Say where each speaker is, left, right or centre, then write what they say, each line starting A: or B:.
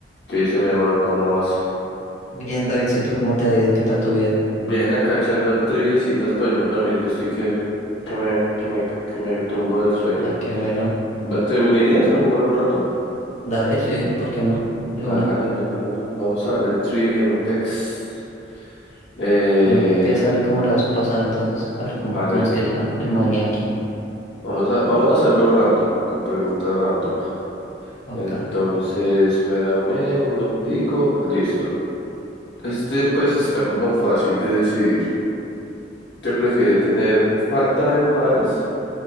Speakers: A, on the left; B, on the left.
A: ¿Qué dice mi hermano? ¿Cómo vas?
B: Bien, Davidcito, ¿cómo te ha ido? ¿Qué tal tu vida?
A: Bien, acá echando triviecitas para irme a dormir, que estoy que, que me, que me, que me tumbo del sueño.
B: Ah, qué bueno.
A: Va- ¿Te unirías a jugar un rato?
B: Dale, sí, ¿por qué no? De
A: Hágale,
B: una.
A: mi hermano. Vamos a darle trivia a mi pex. Eh,
B: Empiézale como la vez pasada, entonces. A ver cómo,
A: vale,
B: cómo es que la, el maní aquí
A: vamos a, vamos a hacerlo random, con preguntas random.
B: o acá.
A: Entonces, espérame un momentico. Listo. Este pues está como fácil de decidir. ¿Qué prefiere tener falta de modales